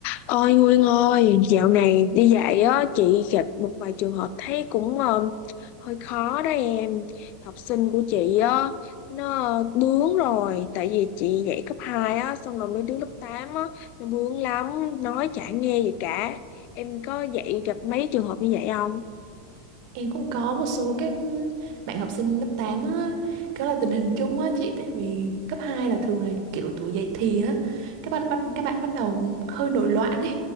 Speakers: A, on the left; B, on the right.
A: Ôi Nguyên ơi, dạo này đi dạy á, chị gặp một vài trường hợp thấy cũng ờ, hơi khó đó em. Học sinh của chị á, nó ờ, bướng rồi, tại vì chị dạy cấp 2 á, xong rồi mấy đứa lớp 8 á, nó bướng lắm, nói chả nghe gì cả. Em có dạy gặp mấy trường hợp như vậy không?
B: Em cũng có một số các bạn học sinh lớp 8 á, đó là tình hình chung á chị tại vì cấp 2 là thường là kiểu tuổi dậy thì á các bạn bắt các bạn bắt đầu hơi nổi loạn ấy